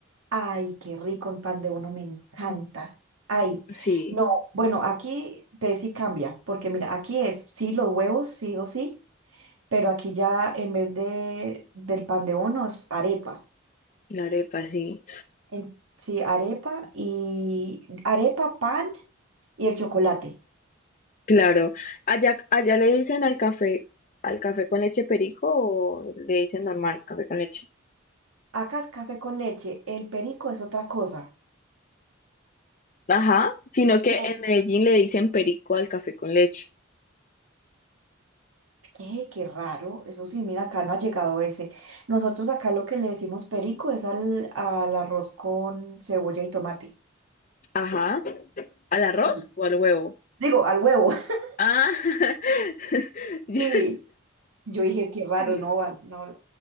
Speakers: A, on the right; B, on the left.
A: Ay, qué rico, un pan de uno me encanta.
B: Mm.
A: Ay,
B: Sí,
A: no, bueno, aquí te sí cambia, porque mira, aquí es sí los huevos, sí o sí pero aquí ya en vez de del pan de bonos, arepa.
B: la arepa, sí.
A: En- sí, arepa y arepa, pan y el chocolate.
B: Claro. Allá, allá le dicen al café, al café con leche perico o le dicen normal, café con leche.
A: Acá es café con leche, el perico es otra cosa.
B: Ajá, sino que
A: ¿Qué?
B: en Medellín le dicen perico al café con leche.
A: ¿Qué? Qué raro. Eso sí, mira, acá no ha llegado ese. Nosotros acá lo que le decimos perico es al, al arroz con cebolla y tomate.
B: Ajá, ¿al arroz
A: Sí.
B: o al huevo?
A: Digo, al huevo. <laughs>
B: Ah, <laughs> yo,
A: Sí. Yo dije, qué raro,
B: Sí,
A: no, al- no.